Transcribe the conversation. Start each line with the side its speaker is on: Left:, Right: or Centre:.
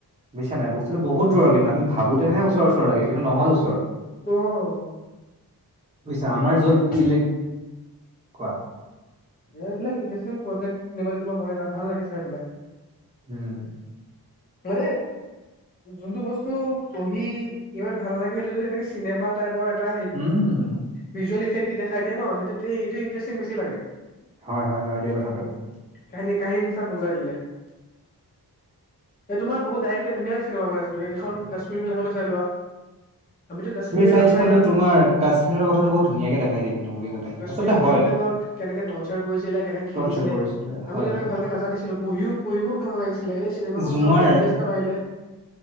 Right: বুজিছা নাই বস্তুটো বহুত দূৰ কিন্তু আমি ভাবোঁতেহে ওচৰ ওচৰ লাগে কিন্তু নহয় ওচৰ
Left: অ
Right: বুজিছা আমাৰ
Left: ইণ্টাৰেষ্টিং
Right: য'ত ইলেক্ কোৱা-
Left: এইবিলাক ইণ্টাৰেষ্টিং প্ৰজেক্ চিনেমা চিনেমা বনে তাত ভাল লাগে চাই পেলাই।
Right: উম
Left: মানে যোনটো বস্তু পঢ়ি ইমান ভাল লাগে সেইটো যদি এনেকে চিনেমা টাইপ পৰ এটা
Right: উম
Left: ভিজুৱেল ইফ্টেটি দি দেখাই দিয়ে ন সেইটো সেইটো ইনটেৰেষ্টিং বেছি লাগে।
Right: হয় হয় হয়দেই কথাটো।
Left: কাহিনী কাহিনীচান বজাই দিলে। এ তোমাৰ বহুত ডাইৰেক্টই ধুনীয়া চিনেমা বনাইছে এইখন কাশ্মীৰ বিলাখনে চাই লোৱা। আমিতো কাশ্মীৰ
Right: ফাইলছখনতো
Left: ফাইলৰ অঁ
Right: তোমাৰ কাশ্মীৰৰ কথাটো বহুত ধুনীয়াকে দেখাই দিয়ে কিন্তু মুভিখনত
Left: অঁ কাশ্মীৰী
Right: আচলতে
Left: পানী
Right: হয়
Left: বিলাকক কেনেকে টৰ্চাৰ কৰিছিলে কেনেকে
Right: টৰ্চাৰ
Left: খেদিছিলে
Right: কৰিছিলে হয়
Left: আমিটো তেনেকে
Right: হয়
Left: ভালকে নাজানিছিলোঁ পঢ়িও পঢ়িবও ভাল নালাগিছিল। কেলে এই চিনেমাখন
Right: জুমাৰ
Left: চাবো ইণ্টেৰেষ্ট এটা বাঢিলে।